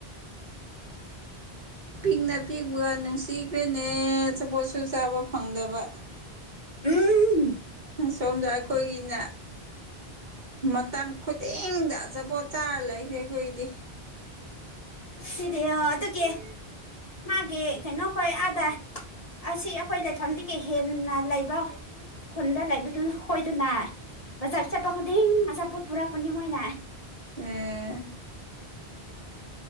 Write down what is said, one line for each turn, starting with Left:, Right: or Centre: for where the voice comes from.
Right: ꯄꯤꯛꯅ ꯄꯤꯛꯄꯒ ꯅꯨꯡꯁꯤꯈ꯭ꯔꯦꯅꯦ ꯑꯆꯥꯄꯣꯠꯁꯨ ꯆꯥꯕ ꯐꯪꯗꯕ
Left: ꯎꯝ
Right: ꯁꯣꯝꯗ ꯑꯩꯈꯣꯏꯒꯤꯅ ꯃꯇꯝ ꯈꯨꯗꯤꯡꯗ ꯑꯆꯥꯄꯣꯠ ꯆꯥꯔ ꯂꯩꯈ꯭ꯔꯦꯈꯣꯏꯗꯤ
Left: ꯁꯤꯗꯤ ꯑꯣ ꯑꯗꯨꯒꯤ ꯃꯥꯒꯤ ꯀꯩꯅꯣꯈꯣꯏ ꯑꯥꯗꯥꯥꯏ ꯑꯁꯤ ꯑꯩꯈꯣꯏ ꯂꯩꯐꯝꯗꯒꯤ ꯍꯦꯟꯅ ꯂꯩꯕ ꯈꯨꯟꯗ ꯂꯩꯕꯗꯨ ꯍꯣꯏꯗꯅ ꯆꯥꯞ ꯆꯠꯄ ꯈꯨꯗꯤꯡ ꯑꯆꯥꯄꯣꯠ ꯐꯨꯔꯛꯄꯅꯤ ꯃꯣꯏꯅ
Right: ꯑꯦ